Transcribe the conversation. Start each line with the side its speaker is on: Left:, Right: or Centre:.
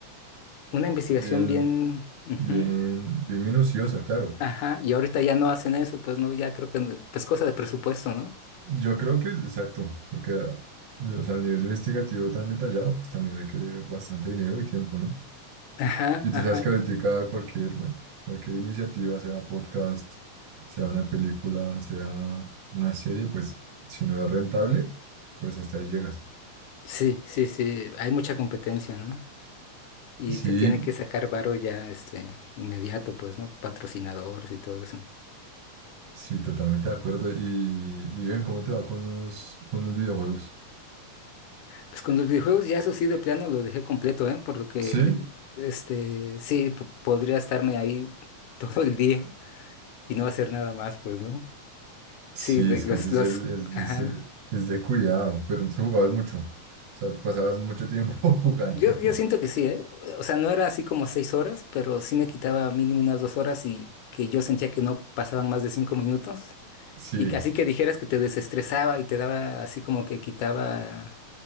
Left: Una investigación
Right: Bien,
Left: bien... ujú,
Right: bien, bien minuciosa, claro.
Left: Ajá, y ahorita ya no hacen eso, pues no, ya creo que, no- pues cosa de presupuesto, ¿no?
Right: Yo creo que es exacto, porque, ah, o sea, el nivel investigativo tan detallado, pues también requiere bastante dinero y tiempo, ¿no?
Left: Ajá,
Right: Y tú
Left: ajá.
Right: sabes que ahorita cualquier, bueno, cualquier iniciativa, sea podcast, sea una película, sea una serie, pues si no es rentable, pues hasta ahí llegas.
Left: Sí, sí, sí, hay mucha competencia, ¿no? Y
Right: Sí,
Left: se tiene que sacar varo ya, este, inmediato, pues, ¿no? Patrocinadores y todo eso.
Right: Sí, totalmente de acuerdo. Y, y ven cómo te va con los, con los videojuegos.
Left: Pues con los videojuegos ya eso sí de plano lo dejé completo, ¿eh? Por lo que,
Right: ¿Sí?
Left: este, sí, po- podría estarme ahí <laughs> todo el día y no hacer nada más, pues, ¿no?
Right: Sí,
Left: Sí, de
Right: es
Left: los,
Right: que ese es
Left: los,
Right: el, el-
Left: ajá.
Right: es el- es de cuidado, pero entonces jugabas mucho. O sea, tú pasabas mucho tiempo <laughs> jugando.
Left: Yo, yo siento que sí, ¿eh? O sea, no era así como seis horas, pero sí me quitaba mínimo unas dos horas y que yo sentía que no pasaban más de cinco minutos.
Right: Sí,
Left: Y que- así que dijeras que te desestresaba y te daba así como que quitaba